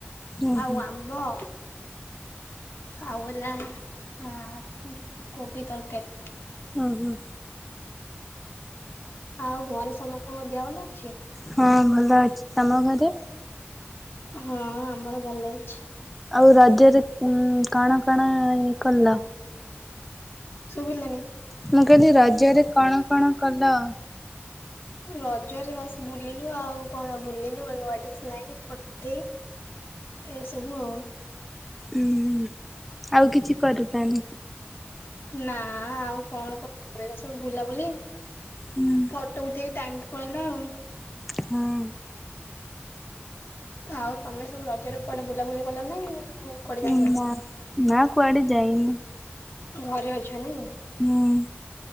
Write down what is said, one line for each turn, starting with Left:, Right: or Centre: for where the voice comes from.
Centre: ଓହୋ
Left: ଆଉ ଆମ୍ବ ଆଉ ହେଲା ହ କୋବି ତରକାରୀ।
Centre: ହୁଁ ହୁଁ।
Left: ଆଉ ଘରେ ସମସ୍ତଙ୍କ ଦେହ ଭଲ ଅଛି?
Centre: ହଁ ଭଲ ଅଛି। ତମ ଘରେ?
Left: ହଁ ଆମର ଭଲ ଅଛି।
Centre: ଆଉ ରଜରେ ଉ କଣ କଣ ଇଏ କଲ?
Left: ଶୁଭିଲାନି?
Centre: ମୁଁ କହିଲି ରଜରେ କଣ କଣ କଲ?
Left: ରଜରେ ବାସ୍ ବୁଲିଲୁ ଆଉ କଣ ବୁଲିଲୁ ନୂଆ ଡ୍ରେସ୍ ନାଇକି ଫଠେ ଏସବୁ ଆଉ।
Centre: ଉୁଁ ହୁଁ ଆଉ କିଛି କରି ତାନ
Left: ନା ଆଉ କଣ କ ସବୁ ବୁଲାବୁଲି
Centre: ହୁଁ
Left: ଫଟୋ ଉଠେଇକି ଟାଇ ପଳେଇଲାା ଆଉ।
Centre: ହଁ।
Left: ଆଉ ତମେ ସବୁ ରଜ ରେ କୁଆଡେ ବୁଲାବୁଲି କଲ ନାଇଁ? କୁଆଡେ ଯାଇନ?
Centre: ଉ ନା, ନା କୁଆଡେ ଯାଇନି।
Left: ଘରେ ଅଛ ନି?
Centre: ହୁଁ।